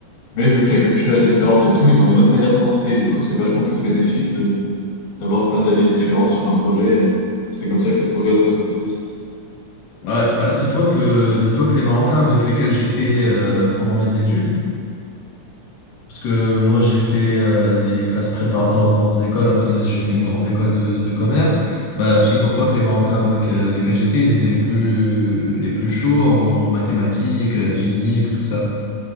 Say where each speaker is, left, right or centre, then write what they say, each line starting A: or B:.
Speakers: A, on the left; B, on the left.
A: Mais vu que la culture est différente et tout, ils ont une autre manière de penser et du coup, c'est vachement plus bénéfique de d'avoir plein d'avis différents sur un projet. C'est comme ça que ça progresse vachement plus vite.
B: Ouais, bah dis-toi que dis-toi que les Marocains avec lesquels j'étais euh, pendant mes études, parce que moi j'ai fait euh, les classes préparatoires aux grandes écoles, après j'ai fait une grande école de, de commerce, bah figure-toi que les Marocains avec euh, lesquels j'étais, ils étaient les plus les plus chauds en mathématiques, euh, physique, tout ça.